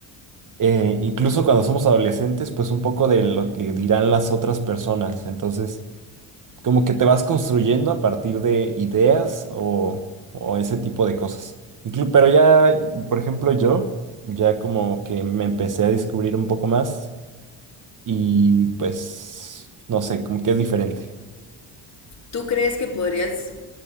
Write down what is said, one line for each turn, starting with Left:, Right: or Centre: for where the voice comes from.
Right: Eh, incluso cuando somos adolescentes, pues un poco de lo que dirán las otras personas. Entonces, como que te vas construyendo a partir de ideas o, o ese tipo de cosas. Inclu- pero ya, por ejemplo, yo ya como que me empecé a descubrir un poco más y pues, no sé, como que es diferente.
Left: ¿Tú crees que podrías